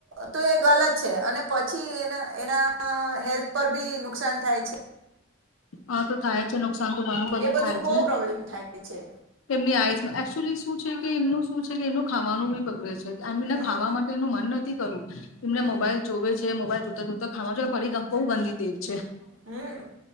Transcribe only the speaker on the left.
હા તો થાય છે નુ નુકસાન તો ઘણું બધું
થાય
છે
તેમની આઈસમાં એકચુલી શું છે કે એમનું શું છે કે એમનું ખાવાનું બી બગડે છે. એમને
ખાવા માટે એનું મન ન થી કરુ તમને
મોબાઈલ જોવે છે મોબાઈલ જોતા જોતા ખાવા જોએ પડી બહુ ગંદી ટેવ છે.